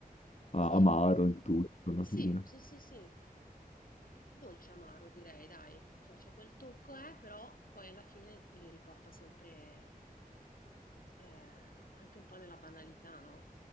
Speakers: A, on the left; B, on the left.
A: a-
B: sì,
A: amaro il tutto alla
B: sì,
A: fine.
B: sì, sì, sì, Dolce amaro direi dai, cioè c'è quel tocco, eh, però poi alla fine li riporta sempre eh, anche un po' nella banalità, no?